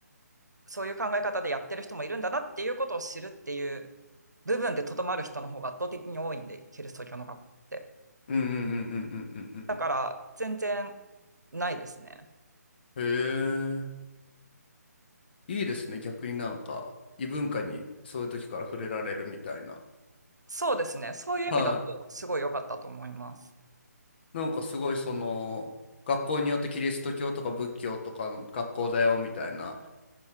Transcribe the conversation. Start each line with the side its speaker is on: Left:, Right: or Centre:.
Right: そういう考え方でやってる人もいるんだなっていうことを知るっていう部分でとどまる人の方が圧倒的に多いんで、キリスト教の学校って。
Left: うんうんうんうんうんうん
Right: だから、全然ないですね。
Left: うん。へえ。いいですね。逆になんか、異文化にそういう時から触れられるみたいな。
Right: そうですね。そういう意味だと、
Left: は
Right: すごい良かったと思います。
Left: い。なんかすごいその、学校によってキリスト教とか仏教とかの学校だよみたいな